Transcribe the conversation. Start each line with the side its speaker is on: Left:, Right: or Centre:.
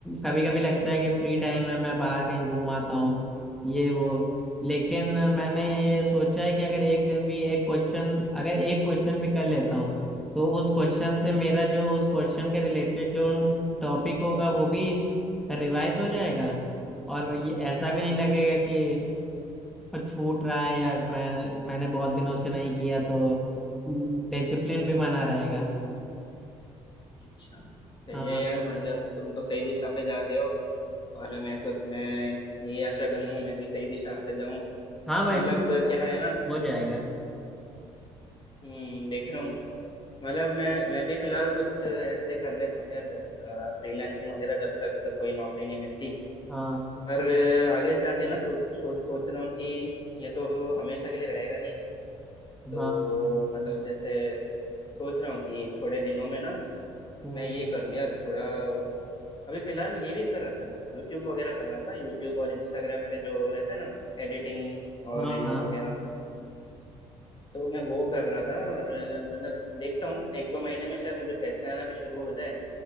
Centre: कभी कभी लगता है कि फ्री टाइम है मैं बाहर कहीं घूम आता हूँ ये वो लेकिन मैंने ये सोचा है कि अगर एक दिन भी एक क्वेश्चन अगर एक क्वेश्चन भी कर लेता हूँ तो उस क्वेश्चन से मेरा जो उस क्वेश्चन के रिलेटेड जो टॉपिक होगा वो भी रिवाइज हो जाएगा और ये ऐसा भी नहीं लगेगा कि छूट रहा है या मैं मैंने बहुत दिनों से नहीं किया तो डिसिप्लिन भी बना रहेगा
Left: अच्छा सही
Centre: हाँ
Left: है यार मतलब तुम तो सही दिशा पे जा रहे हो और मैं सोच मैं ये आशा करूंगा मैं भी सही दिशा पे जाऊं
Centre: हाँ भाई
Left: मतलब
Centre: तू
Left: क्या है ना
Centre: हो जाएगा
Left: हम्म देख रहा हूँ मतलब मैं मैं भी फिलहाल कुछ ऐसे कर लेता हूँ यार फ्रीलांसिंग वगैरह जब तक कोई नौकरी नहीं मिलती
Centre: हाँ
Left: पर अ, आगे से आके ना सोच सोच सोच रहा हूँ कि ये तो हमेशा के लिए रहेगा नहीं तो
Centre: हाँ
Left: मतलब जैसे सोच रहा हूँ कि थोड़े दिनों में ना
Centre: हम्म,
Left: मैं ये करूँ यार थोड़ा अभी फिलहाल ये भी कर रहा था मैं यूट्यूब वगैरह कर रहा था यूट्यूब और इंस्टाग्राम पे जो रहता है ना एडिटिंग और
Centre: हाँ
Left: रील्स
Centre: हाँ
Left: वगैरह तो मैं वो कर रहा था और अ, मतलब देखता हूँ एक दो महीने में शायद मुझे पैसे आना भी शुरू हो जाए